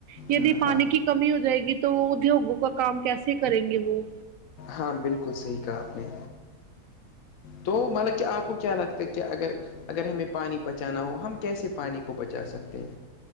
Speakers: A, on the right; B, on the left.
A: یدی
B: ہاں
A: پانی
B: ہاں
A: کی کمی ہو جائے گی تو وہ ادیوگوں کا کام کیسے کریں گے وہ
B: ہاں بالکل صحیح کہا آپ نے تو مطلب کہ آپ کو کیا لگتا ہے کہ اگر اگر ہمیں پانی بچانا ہو ہم کیسے پانی کو بچا سکتے ہیں